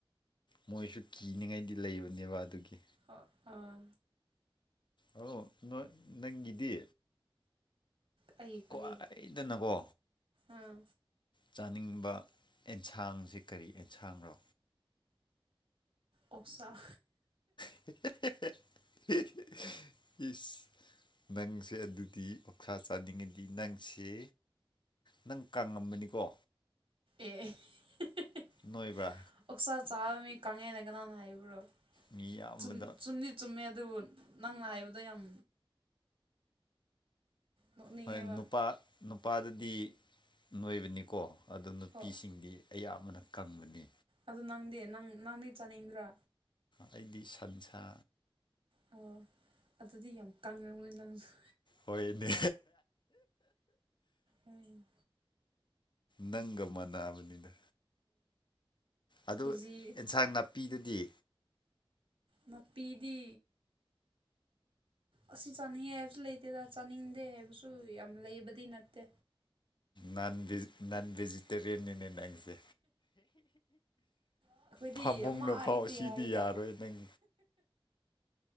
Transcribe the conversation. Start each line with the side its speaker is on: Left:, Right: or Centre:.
Left: ꯃꯣꯏꯁꯨ ꯀꯤꯅꯤꯡꯉꯥꯏꯗꯤ ꯂꯩꯕꯅꯦꯕ ꯑꯗꯨꯒꯤ
Right: ꯑ ꯑꯥ
Left: ꯑꯣ ꯅꯣꯢ ꯅꯪꯒꯤꯗꯤ
Right: ꯑꯩꯒꯤ ꯀꯔꯤ
Left: ꯈ꯭ꯋꯥꯏꯗꯅꯀꯣ
Right: ꯑꯥ
Left: ꯆꯥꯅꯤꯡꯕ ꯑꯦꯟꯁꯥꯡꯁꯤ ꯀꯔꯤ ꯑꯦꯟꯁꯥꯡꯔꯣ
Right: ꯑꯣꯛ ꯁꯥꯥ
Left: <unintelligible> ꯏꯁ ꯅꯪꯁꯦ ꯑꯗꯨꯗꯤ ꯑꯣꯛꯁꯥ ꯆꯥꯅꯤꯡꯉꯗꯤ ꯅꯪꯁꯦ ꯅꯪ ꯀꯪꯉꯝꯒꯅꯤꯀꯣ
Right: ꯑꯦ <unintelligible>
Left: ꯅꯣꯏꯕ꯭ꯔꯥ
Right: ꯑꯣꯛꯁꯥ ꯆꯥꯕ ꯃꯤ ꯀꯥꯡꯉꯦꯅ ꯀꯅꯥꯅꯥ ꯍꯥꯏꯕ꯭ꯔꯣ
Left: ꯃꯤ ꯑꯌꯥꯝꯕꯗ
Right: ꯆꯨꯝ ꯆꯨꯝꯗꯤ ꯆꯨꯝꯃꯦ ꯑꯗꯨꯕꯨ ꯅꯪꯅ ꯍꯥꯏꯕꯗꯨ ꯌꯥꯝ ꯅꯣꯛꯅꯤꯡꯉꯦꯕ
Left: ꯍꯣꯏ ꯅꯨꯄꯥ ꯅꯨꯄꯥꯗꯗꯤ ꯅꯣꯏꯕꯅꯤꯀꯣ ꯑꯗꯣ ꯅꯨꯄꯤꯁꯤꯡꯗꯤ
Right: ꯑꯣ
Left: ꯑꯌꯥꯝꯕꯅ ꯀꯪꯕꯅꯤ
Right: ꯑꯗꯨ ꯅꯪꯗꯤ ꯅꯪ ꯅꯪꯗꯤ ꯆꯥꯅꯤꯡꯗ꯭ꯔꯥ
Left: ꯑꯩꯗꯤ ꯁꯟꯁꯥ
Right: ꯑꯣ ꯑꯗꯨꯗꯤ ꯌꯥꯝ ꯀꯪꯉꯝꯃꯣꯢ ꯅꯪꯁꯨ
Left: ꯍꯣꯏꯅꯦ
Right: ꯎꯝ
Left: ꯅꯪꯒ ꯃꯥꯟꯅꯕꯅꯤꯗ ꯑꯗꯨ
Right: ꯀꯦꯖꯤ
Left: ꯑꯦꯟꯁꯥꯡ ꯅꯥꯄꯤꯗꯗꯤ
Right: ꯅꯥꯄꯤꯗꯤ ꯑꯁꯤ ꯆꯥꯅꯤꯡꯉꯦ ꯍꯥꯏꯕꯁꯨ ꯂꯩꯇꯦꯗ ꯆꯥꯅꯤꯡꯗꯦ ꯍꯥꯏꯕꯁꯨ ꯌꯥꯝ ꯂꯩꯕꯗꯤ ꯅꯠꯇꯦ
Left: ꯅꯟ ꯅꯟ ꯚꯦꯖꯤꯇꯦꯔꯤꯌꯟꯅꯤꯅꯦ ꯅꯪꯁꯦ
Right: ꯑꯩꯈꯣꯏꯗꯤ
Left: ꯐꯃꯨꯡꯅ
Right: ꯑꯃ
Left: ꯐꯥꯎ
Right: ꯏꯗꯤ
Left: ꯁꯤꯗꯤ
Right: ꯌꯥꯏꯗ
Left: ꯌꯥꯔꯣꯏ ꯅꯪ